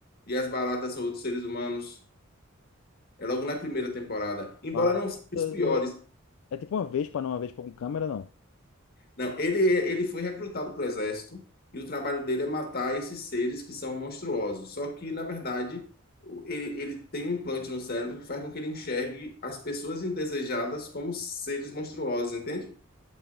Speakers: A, on the left; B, on the left.
A: e as baratas são outros seres humanos. É logo na primeira temporada. Embora
B: Baratas
A: não sejam os piores,
B: ou... É tipo uma vez para não uma vez para com câmera, não.
A: Não, ele, ele foi recrutado para o exército e o trabalho dele é matar esses seres que são monstruosos. Só que, na verdade, o- ele, ele tem um implante no cérebro que faz com que ele enxergue as pessoas indesejadas como seres monstruosos, entende?